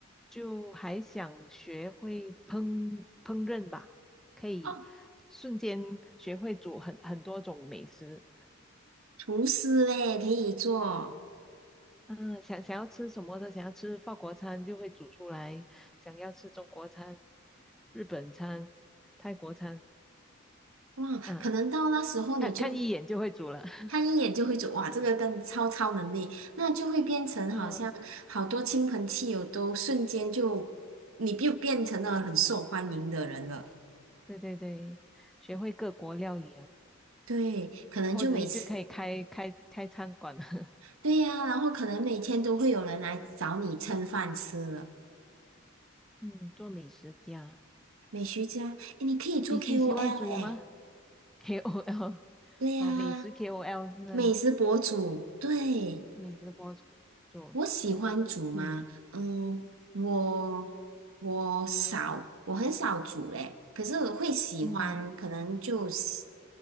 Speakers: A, in the centre; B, on the right.
A: 就还想学会烹烹饪吧，可以瞬间学会煮很很多种美食。
B: 哦，厨师嘞，可以做。
A: 嗯，想想要吃什么的，想要吃法国餐就会煮出来，想要吃中国餐、日本餐、泰国餐，
B: 哇，
A: 嗯，
B: 可能到那时候你就
A: 看看一眼就会煮了。<laughs>
B: 他一眼就会走，哇，这个跟超超能力，那就会变成好像好多亲朋戚友都瞬间就，
A: 嗯，
B: 你就变成了很受欢迎的人了。
A: 对对对，学会各国料理哦，
B: 对，可能就每次，
A: 或者一就可以开开开餐馆了。<laughs>
B: 对呀、然后可能每天都会有人来找你蹭饭吃了。
A: 嗯，做美食家，
B: 美食家，诶，你可以做
A: 你你喜欢煮吗
B: KOL 哎，
A: ？KOL <laughs>
B: 对呀、
A: 哦，美食 KOL 是吗？
B: 美食博主，对。
A: 美食博主，
B: 我喜欢煮吗？
A: 嗯
B: 嗯，我我少，
A: 嗯
B: 我很少煮嘞。可是我会喜欢，
A: 嗯，
B: 可能就喜